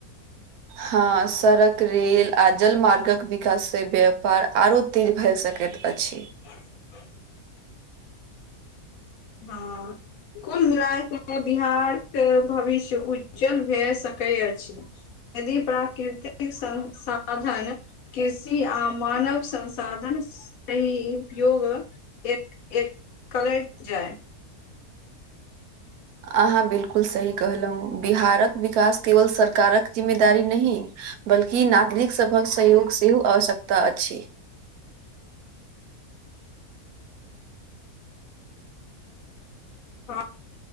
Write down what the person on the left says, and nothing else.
हं हं हँ‌ अं कुल मिलाय कऽ बिहार के भविष्य उज्ज्वल भए सकै अछि यदि प्राकृतिक संसाधन कृषि आ मानव संसाधन इ उपयोग एक एक कलैत जाइ
हँ